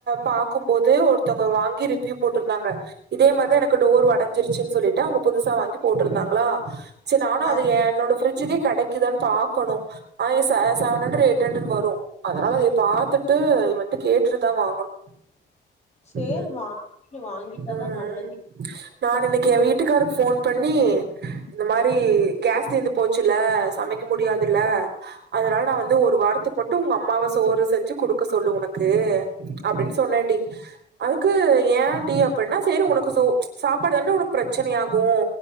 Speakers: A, on the right; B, on the left.
A: பாக்கும்போது ஒரு த்தங்க வாங்கி ரிவ்யூ போட்ருந்தாங்க இதே மாரி தா எனக்கு டோர் ஒடஞ்சிரு ச்சின் சொல்லிட்டு அவங்க புதுசா வாங்கி போட்ருந்தாங்களா சேரி நானு
B: ஆ
A: அத என்னோட ஃப்ரிட் ஜுக்கு கெடைக்குதான் பாக்கணு ஆய செ செவன் ஹண்ட்ரட் எய்ட் ஹண்ட்ரட் வரு அதனால அதய பாத்துட்டு இவன் ட்ட கேட்டுட்டு தா வாங்கணு
B: சேரி
A: உம்
B: வாங்கி வாங்கிட்டாதா
A: உம்
B: நல்லது
A: நான் இன்னிக்கு எ வீட்டுக்காரர் ஃபோன் பண்ணி இந்த மாரி கேஸ் தீந்து போச்சுல்ல சமைக்க முடியாதுல்ல அதனால நா வந்து ஒரு வாரத்துக்கு மட்டும் உங்கம் சோறு செஞ்சு குடுக்க சொல்லு உனக்கு அப்டின்னு சொன்னேன்டி அதுக்கு ஏன்டி அப்டின்னா செரி உனக்கு ச சாப்பாடுதான உனக்கு பிரச்சனையாகும்